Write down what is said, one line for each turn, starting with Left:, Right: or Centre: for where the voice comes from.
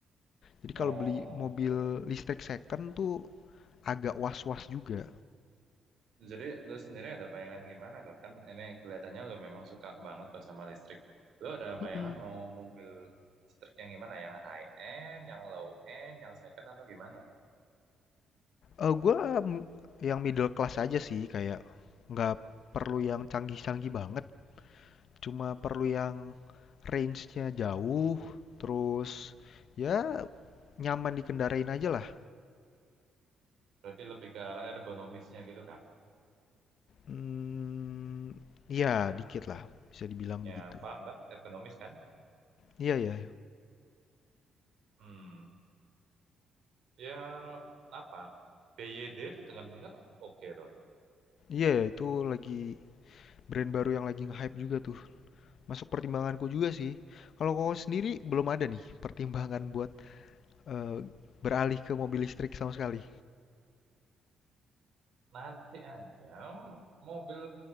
Left: Jadi
Right: Oh.
Left: kalau beli mobil listrik second tuh agak was-was juga.
Right: Jadi lu sendiri ada bayangan gimana tuh? Kan ini kelihatannya lu memang suka banget tuh sama listrik. Lu ada
Left: Mhm,
Right: bayangan mau mobil listrik yang gimana? Yang high end, yang low end, yang second atau gimana tuh?
Left: eee, gua, mmm, yang middle class aja sih kayak nggak perlu yang canggih-canggih banget Cuma perlu yang range-nya jauh, terus ya nyaman dikendarain aja lah.
Right: Berarti lebih ke arah ergonomisnya gitu kan?
Left: Hmm, ya dikit lah, bisa dibilang
Right: nya
Left: begitu.
Right: paham kan? Ergonomis kan?
Left: Iya ya,
Right: Hmm, Ya apa? BYD itu dengar-dengar oke tuh.
Left: iya ya, itu lagi brand baru yang lagi nge-hype juga tuh. Masuk pertimbanganku juga sih. Kalau kau sendiri belum ada nih pertimbangan buat eh, beralih ke mobil listrik sama sekali.
Right: nanti aja m- mobil